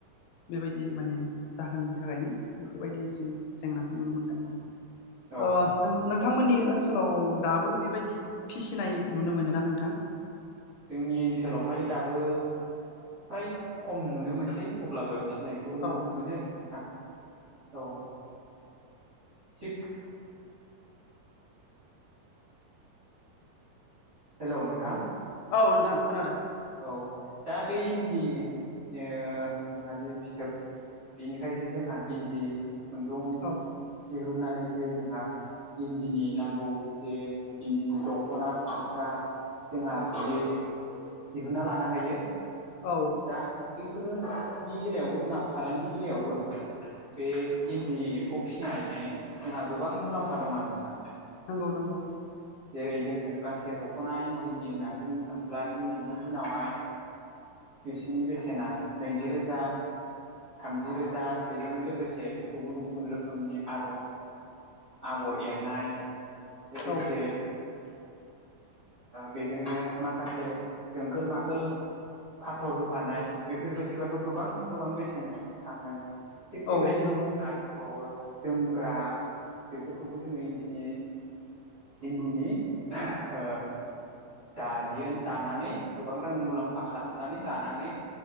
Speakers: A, on the left; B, on the right.
A: बेबायदि माने जाहोननि थाखायनो बेफोरबायदि जों जेंनाखौ नुनो मोनदों आरो
B: औ
A: ओ नोंथांमोननि ओनसोलाव दाबो बेबायदि फिसिनाय नुनो मोनो ना नोंथां
B: जोंनि ओनसोलावहाय दाबो फ्राय खम नुनो मोनसै अब्लाबो फिसिनायखौ खौ नुनो
A: औ
B: मोनो नोंथां औ थिक हेलौ नोंथां
A: औ नोंथां खोनादों
B: औ दा बे इन्दि ओ जोंहा जि फिथोब बेनिफ्राय जे जोंहा इन्दि खुन्दुं
A: औ
B: दिहुननानैसो जोंहा इन्दिनि नांगौ जे इन्दिनि दख'ना फास्रा जोंहा बिदि दिहुनन्ना लानो हायो
A: औ
B: दा बैफोरनि बेलायावबो जोंहा फालांगि बेलायावबो बे इन्दि एम्फौ फिसिनानै जोंहा गोबां मुलाम्फा दं आरो नोंथां
A: नंगौ नंगौ
B: जेरै जोङो गांसे दख'ना इन्जिनि होननानै बुंनो थाङोब्ला दिनैनि दिनावहाय बिसिनि बेसेना नैजि रोजा थामजि रोजा बेजोंनो लोगोसे गुबुन गुबुन रोखोमनि आर' आगर एरनाय लोगोसे
A: औ
B: बेजोंनो माखासे जोंखोल माखोल फाथर होफानाय बेफोरबायदिबाथ' गोबां गोबां बेसेन थाङो थिग बेबायदिनो
A: औ नंगौ
B: जोंहा दंबावो जोमग्रा बेफोरखौबो जोङो इन्दिनि इन्दिनि ओ दायो दानानै गोबां रां मुलाम्फा सफा खालामनानै लानानै